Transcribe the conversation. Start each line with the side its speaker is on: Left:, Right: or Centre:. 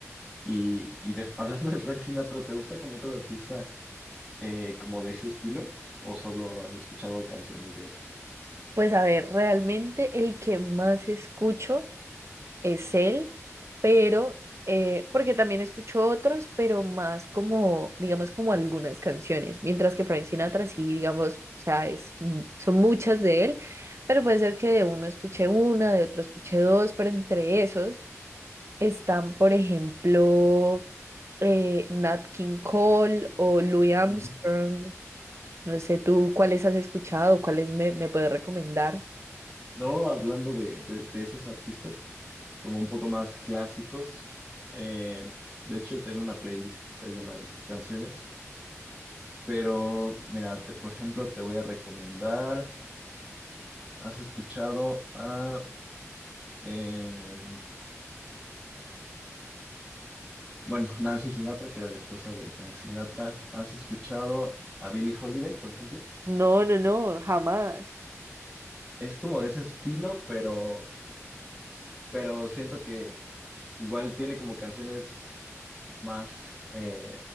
Centre: Y, y de- <laughs> hablando de Frank Sinatra, ¿te gusta como otro artista eh, como de ese estilo? ¿O solo has escuchado canciones de él?
Right: Pues, a ver, realmente el que más escucho es él, pero, eh, porque también escucho otros, pero más como, digamos, como algunas canciones, mientras que Frank Sinatra sí, digamos, o sea, es, mm, son muchas de él, pero puede ser que de uno escuche una, de otro escuche dos, pero entre esos están, por ejemplo, eh, Nat King Cole o Louis Armstrong.
Centre: Ujú.
Right: No sé tú cuáles has escuchado, cuáles me, me puedes recomendar.
Centre: No, hablando de, de, de esos artistas, como un poco más clásicos. eh, de hecho, tengo una playlist que está llena de esas canciones. Pero, mira, te- por ejemplo, te voy a recomendar, has escuchado a, eh, bueno, Nancy Sinatra, que era la esposa de Frank Sinatra. ¿Has escuchado a Billie Holiday, por ejemplo?
Right: No, no, no, jamás.
Centre: Es como de ese estilo, pero, pero siento que igual tiene como canciones más, eh,